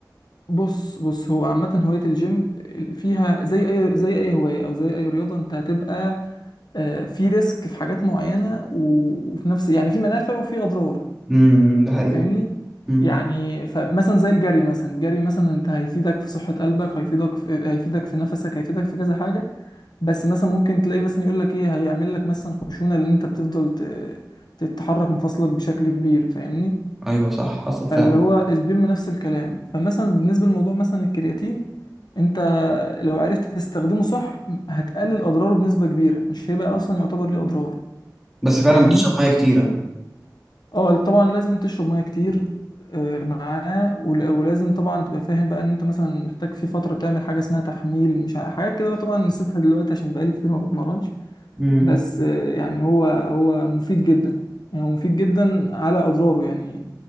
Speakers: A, on the left (about 70°); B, in the centre.
A: بص بص هو عامة هواية الجيم فيها زي أي زي أي هواية أو زي أي رياضة أنت هتبقى آه، في ريسك في حاجات معينة و- وفي نفس يعني في منافع وفي أضرار
B: امم ده حقيقه
A: فاهمني؟
B: امم
A: يعني فمثلا زي الجري مثلا الجري مثلا أنت هيفيدك في صحة قلبك هيفيدك في هيفيدك في نفسك هيفيدك في كذا حاجة بس مثلا ممكن تلاقي مثلا يقول لك ايه هيعمل لك مثلا خشونه لان انت بتفضل ت- تتحرك مفاصلك بشكل كبير فاهمني
B: ايوه صح حصل فعلا
A: فاللي هو الجيم نفس الكلام فمثلا بالنسبه لموضوع مثلا الكرياتين انت لو عرفت تستخدمه صح هتقلل اضراره بنسبه كبيره مش هيبقى اصلا يعتبر ليه اضرار
B: بس فعلا
A: فاهمني
B: بتشرب ميه كتير ها
A: اه طبعا لازم تشرب ميه كتير آه، معاه ول- ولازم طبعا تبقى فاهم بقى ان انت مثلا محتاج في فتره تعمل حاجه اسمها تحميل مش ع- حاجات كده بقى طبعا نسيتها دلوقتي عشان بقالي كتير ما بتمرنش
B: امم
A: بس آه، يعني هو هو مفيد جدا يعني هو مفيد جدا على اضراره يعني